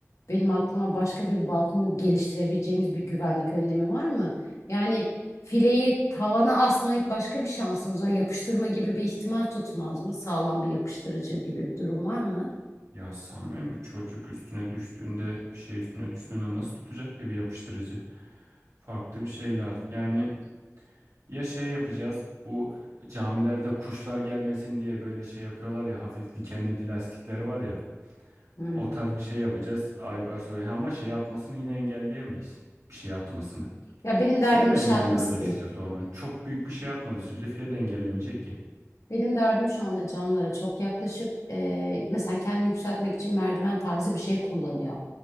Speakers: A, on the left (about 70°); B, on the right (about 80°).
A: Benim aklıma başka bir balkonu geliştirebileceğimiz bir güvenlik önlemi var mı? Yani fileyi tavana asmayıp başka bir şansımız var. Yapıştırma gibi bir ihtimal tutmaz mı? Sağlam bir yapıştırıcı gibi bir durum var mı?
B: Ya sanmıyorum bir çocuk üstüne düştüğünde bir şey üstüne düştüğünde nasıl tutacak ya bir yapıştırıcı. Farklı bir şey lazım. Yani ya şey yapacağız bu camilerde kuşlar gelmesin diye böyle şey yapıyorlar ya hafif dikenli plastikler var ya.
A: Hmm.
B: O tarz bir şey yapacağız. Aybar soruyor Ha, ama şey atmasını yine engelleyemeyiz. Bir şey atmasını.
A: Ya benim
B: File
A: derdim
B: de
A: bir şey
B: engellemez
A: atması
B: açıkçası
A: değil.
B: onu. Çok büyük bir şey atmadığı sürece file de engellemeyecek ki.
A: Benim derdim şu anda camlara çok yaklaşıp eee, mesela kendini yükseltmek için merdiven tarzı bir şey kullanıyor.